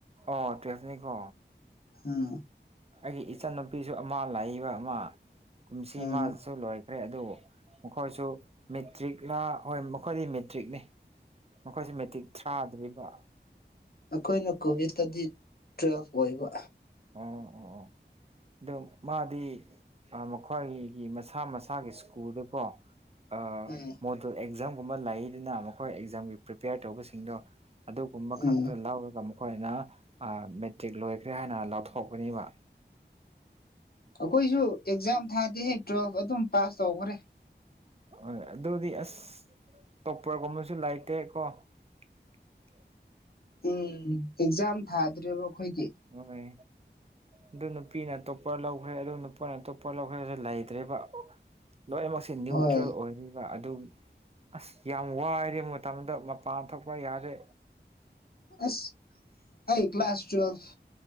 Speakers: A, on the right (about 35°); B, on the left (about 55°).
A: ꯑꯣ ꯇ꯭ꯋꯦꯐꯅꯤꯀꯣ
B: ꯎꯝ
A: ꯑꯩꯒꯤ ꯏꯆꯟꯅꯨꯄꯤꯁꯨ ꯑꯃ ꯂꯩꯕ ꯑꯃ ꯀꯨꯝꯁꯤ
B: ꯎꯝ
A: ꯃꯥꯁꯨ ꯂꯣꯏ ꯀꯔꯦ ꯑꯗꯨ ꯃꯈꯣꯏꯁꯨ ꯃꯦꯇ꯭ꯔꯤꯛꯂ ꯍꯣꯏ ꯃꯈꯣꯏꯗꯤ ꯃꯦꯇ꯭ꯔꯤꯛꯅꯤ ꯃꯈꯣꯏꯁꯤ ꯃꯦꯇ꯭ꯔꯤꯛ ꯊ꯭ꯔꯥꯗ꯭ꯔꯤꯕ
B: ꯑꯈꯣꯏꯅ ꯀꯣꯚꯤꯠꯇꯗꯤ ꯇꯨꯋꯦꯜꯐ ꯑꯣꯏꯕ
A: ꯑꯣ ꯑꯣ ꯑꯣ ꯑꯗꯣ ꯃꯥꯗꯤ ꯃꯈꯣꯏꯒꯤ ꯃꯁꯥ ꯃꯁꯥꯒꯤ ꯁ꯭ꯀꯨꯜꯗꯀꯣ ꯑꯥ
B: ꯎꯝ
A: ꯃꯣꯗꯜ ꯑꯦꯛꯖꯥꯝꯒꯨꯝꯕꯂꯩꯗꯅ ꯃꯈꯣꯏ ꯑꯦꯛꯖꯥꯝꯒꯤ ꯄ꯭ꯔꯤꯄꯦꯌꯔ ꯇꯧꯕꯁꯤꯡꯗꯣ ꯑꯗꯨꯒꯨꯝꯕ
B: ꯎꯝ
A: ꯈꯛꯇ ꯂꯧꯔꯒ ꯃꯈꯣꯏꯅ ꯃꯦꯇ꯭ꯔꯤꯛ ꯂꯣꯏꯈ꯭ꯔꯦ ꯍꯥꯏꯅ ꯂꯧꯊꯣꯛꯀꯅꯤꯕ
B: ꯑꯩꯈꯣꯏꯁꯨ ꯑꯦꯛꯖꯥꯝ ꯊꯥꯗꯦꯍꯦ ꯇꯨꯋꯦꯜꯐ ꯑꯗꯨꯝ ꯄꯥꯁ ꯇꯧꯈ꯭ꯔꯦ
A: ꯍꯣꯏ ꯑꯗꯨꯗꯤ ꯑꯁ ꯇꯣꯛꯄꯒꯨꯝꯕꯁꯨ ꯂꯩꯥꯇꯦ ꯀꯣ <unintelligible>
B: ꯎꯝ ꯑꯦꯛꯖꯥꯝ ꯊꯥꯗ꯭ꯔꯦꯕ ꯑꯩꯈꯣꯏꯒꯤ
A: ꯍꯣꯏ ꯑꯗꯨ ꯅꯨꯄꯤꯅ ꯇꯣꯞꯄꯔ ꯂꯧꯈ꯭ꯔꯦ ꯑꯗꯨ ꯅꯨꯄꯥꯅ ꯇꯣꯞꯄꯔ ꯂꯧꯈ꯭ꯔꯦꯁꯨ ꯂꯩꯇ꯭ꯔꯦꯕ ꯂꯣꯏꯅꯃꯛꯁꯤ ꯅ꯭ꯌꯨꯇ꯭ꯔꯦꯜ
B: ꯍꯣꯏ
A: ꯑꯣꯏꯔꯤꯕ ꯑꯗꯨ ꯑꯁ ꯌꯥꯝ ꯋꯥꯏꯔꯦ ꯃꯇꯝꯗꯣ ꯃꯄꯥꯟ ꯊꯣꯛꯛꯄ ꯌꯥꯗ꯭ꯔꯦ
B: ꯑꯁ ꯑꯩ ꯀ꯭ꯂꯥꯁ ꯇꯨꯋꯦꯜꯐ